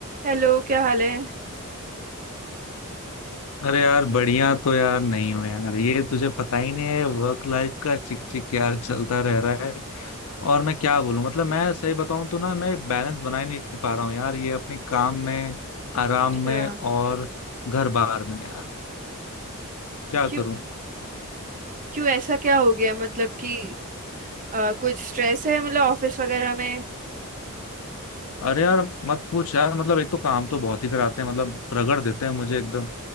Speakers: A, on the right; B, on the left.
A: Hello क्या हाल है
B: अरे यार बढ़िया तो यार नहीं हो यार ये तुझे पता ही नहीं है वर्क लाइफ का चिक चिक यार चलता रह रहा है और मैं क्या बोलूं मतलब मैं सही बताऊं तो ना मैं बैलेंस बना ही नहीं पा रहा हूँ यार ये अपने काम में आराम
A: अच्छा
B: में और घर बार में यार क्या
A: क्यों
B: करूं
A: क्यों ऐसा क्या हो गया मतलब कि अ, कुछ स्ट्रेस है मतलब ऑफिस वगैरह में
B: अरे यार मत पूछ यार मतलब एक तो काम तो बहुत ही कराते हैं मतलब रगड़ देते हैं मुझे एकदम